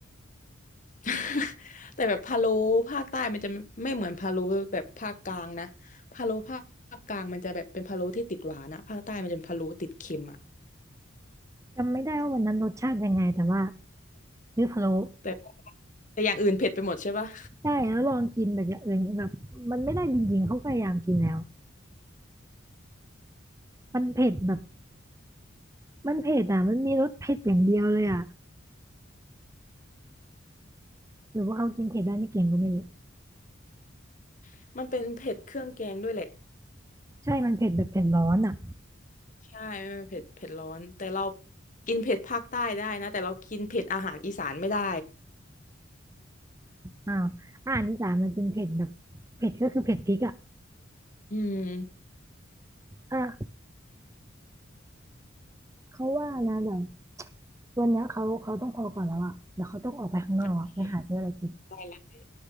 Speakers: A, on the left (about 40°); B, on the right (about 15°).
A: <laughs> แต่แบบพะโล้ภาคใต้มันจะไม่ไม่เหมือนพะโล้แบบภาคกลางนะพะโล้ภาคกลางมันจะแบบเป็นพะโล้ที่ติดหวานอะภาคใต้มันจะเป็นพะโล้ติดเค็มอะ
B: จำไม่ได้ว่าวันนั้นรสชาติยังไงแต่ว่าเลือกพะโล้
A: แต่แต่อย่างอื่นเผ็ดไปหมดใช่ปะ
B: ได้แล้วลองกินแบบอย่างอื่นแบบมันไม่ได้จริงๆเขาพยายามกินแล้วมันเผ็ดแบบมันเผ็ดอ่ะมันมีรสเผ็ดอย่างเดียวเลยอ่ะหรือว่าเขากินเผ็ดได้ไม่เก่งก็ไม่รู้
A: <laughs> มันเป็นเผ็ดเครื่องแกงด้วยแหละ
B: ใช่มันเผ็ดแบบเผ็ดร้อนอ่ะ
A: ใช่ไม่เผ็ดเผ็ดร้อนแต่เรากินเผ็ดภาคใต้ได้นะแต่เรากินเผ็ดอาหารอีสานไม่ได้
B: อ้าวอาหารอีสานมันเป็นเผ็ดแบบเผ็ดก็คือเผ็ดพริกอ่ะ
A: อืม
B: อ่ะเขาว่านะเดี๋ยววันเนี้ยเขาเขาต้องพอก่อนแล้วอ่ะเดี๋ยวเขาต้องออกไปข้างนอกอะไปหาซื้ออะไรกิน
A: โอเคได้เลย